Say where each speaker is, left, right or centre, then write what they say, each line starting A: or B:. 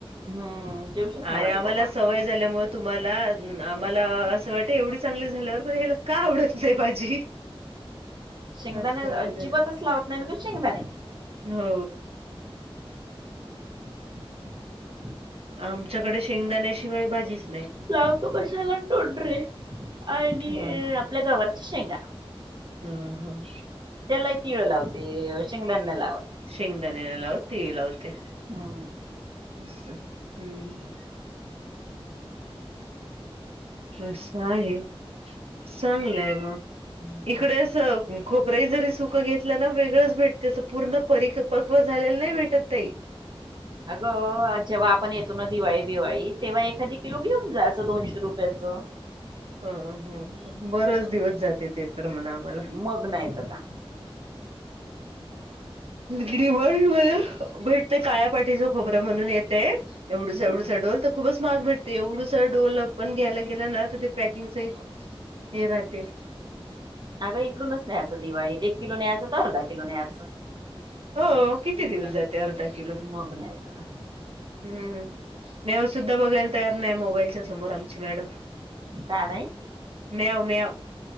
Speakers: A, on the right (about 50°); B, on the right (about 75°).
A: हम्म जेवूशच
B: आणि
A: नाही वाटे
B: आम्हाला
A: बाबा
B: सवय झाल्यामुळे तुम्हाला आम्हाला असं वाट एवढी चांगली झाल्यावर पण हेला का आवडत नाही. भाजी
A: शेंगदाणे
B: असं
A: अजिबातच लावत नाही ग शेंगदाणे
B: हो.
A: <inaudible>
B: आमच्याकडे शेंगदाणेशिवाय भाजीच नाही.
A: जाव तो कशाला तोंडरे आणि
B: हा
A: आपल्या गवराच्या शेंगा
B: हम्म हम्म.
A: त्याला तिळ लावते शेंगदाणे नाही लावत.
B: शेंगदाणे नाही लावत तीळ लावते.
A: हो.
B: हम्म असं आहे चांगलंय मग. इकडेच अस खोबरंही जरी सुकं घेतलं ना तरी वेगळंच भेट त्याच पूर्ण परीपक्व झालेला नाही भेटत तई.
A: अगं जेव्हा आपण येत दिवाळी बिवाळी तेव्हा एखादी किलो घेऊन जायचं दोनशे रुपयाचं.
B: हो हो बरच दिवस जाते ते तर म्हणा आम्हाला
A: मग नाही तर का
B: दिवाळी मध्ये भेट ते काळ्या पाठीचं खोबरं म्हणून येते एवढुसा
A: हम्म
B: एवढुसा डोल. खूपच महाग भेटते एवढंस डोल पण घ्यायला गेलं ना तर ते पॅकिंग सहित हे राहते
A: अगं इकडूनच न्यायचं दिवाळीत, एक किलो न्यायचं तर अर्धा किलो न्यायचं.
B: हो किती दिवस जाते अर्धा किलो
A: मग न्यायचं का?
B: हम्म म्याऊ सुद्धा बघायला तयार नाही मोबाईलच्या समोर आमची मॅडम.
A: का नाही?
B: म्याव म्याव.